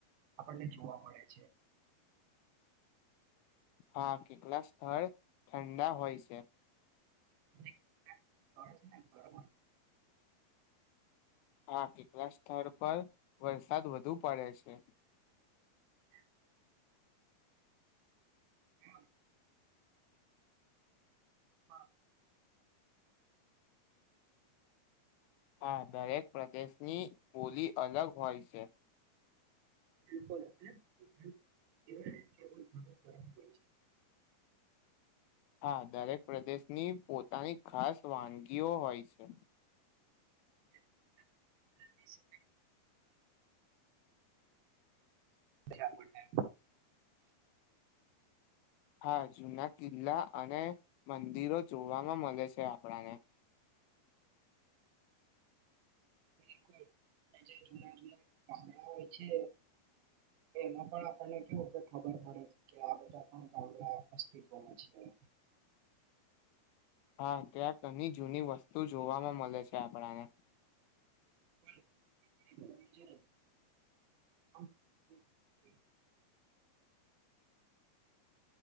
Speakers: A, on the right (about 75°); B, on the left (about 80°).
A: આપણને જોવા મળે છે. <inaudible>
B: હા, કેટલાક સ્થળ ઠંડા હોય, છે.
A: અને કેટલાક સ્થળ છે ને ગરમ
B: હા, કેટલાક સ્થળ પર વરસાદ વધુ પડે છે.
A: <inaudible> હમ હા
B: હા, દરેક પ્રદેશની બોલી અલગ હોય, છે.
A: <unintelligible>
B: હા, દરેક પ્રદેશની પોતાની, ખાસ વાનગીઓ હોય છે.
A: <inaudible> ક્યા, આપને
B: હા, જુના કિલ્લા અને મંદિરો જોવાવામાં મળે છે, આપણાને
A: બિલકુલ જે જૂના, જૂના ગામડા હોય, છે. એમાં પણ આપણને કેવું, કે ખબર પડે કે આ બધા પણ ગામડા અસ્તિત્વમાં છે. <inaudible>
B: હા, ત્યાં તની જૂની વસ્તુ જોવાવામાં મળે છે. આપણાને
A: <inaudible>